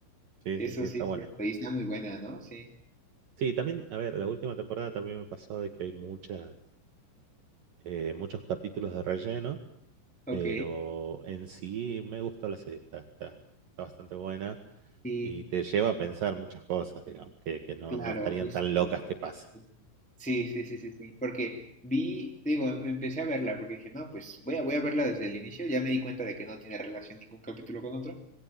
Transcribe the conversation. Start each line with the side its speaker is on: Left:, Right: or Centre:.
Right: Sí,
Centre: Eso
Right: sí, sí, está
Centre: sí es
Right: buena.
Centre: cierto, y está muy buena, ¿no? Sí.
Right: Sí, también, a ver, la última temporada también me pasó de que hay muchas, eh, muchos capítulos de relleno,
Centre: Ok,
Right: pero en sí me gustó la serie, está, está, está bastante buena
Centre: sí.
Right: y te lleva a pensar muchas cosas, digamos, que, que no,
Centre: Claro,
Right: no estarían
Centre: justo.
Right: tan locas que pasen.
Centre: justo. Sí, sí, sí, sí, sí. Porque vi, te digo, em- empecé a verla porque dije, no, pues voy a, voy a verla desde el inicio. Ya me di cuenta de que no tiene relación ningún capítulo con otro.